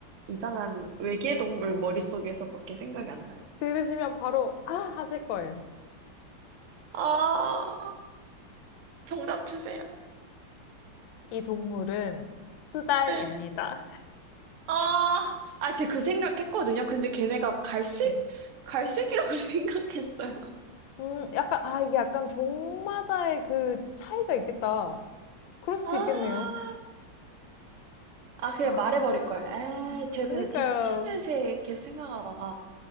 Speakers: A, on the right; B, on the left.
A: 이상한 외계 동물 머릿속에서밖에 생각이 안 나요.
B: 들으시면 바로 아 하실 거예요.
A: 아, 정답 주세요.
B: 이 동물은 수달입니다.
A: 네.
B: <laughs>
A: 아, 아, 제가 그 생각했거든요. 근데 걔네가 갈색?
B: 네.
A: 갈색이라고 <laughs> 생각했어요.
B: 음, 약간 아 이게 약간 종마다의 그 차이가 있겠다. 그럴 수도
A: 아,
B: 있겠네요.
A: 아, 그냥
B: 아,
A: 말해버릴 걸. 에, 제가
B: 그니까요.
A: 그래서 짙은 회색 계속 생각하다가,